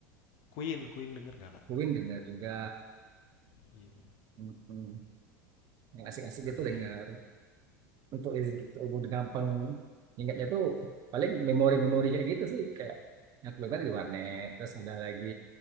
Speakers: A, on the left; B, on the right.
A: Queen Queen denger nggak, Kak?
B: mungkin dengar juga
A: Queen.
B: mm, yang asik-asik gitu
A: Iya,
B: dengar untuk iz- untuk umur gampang ingatnya tuh paling memori-memori kayak gitu sih kayak yang aku dengar di warnet terus ada lagi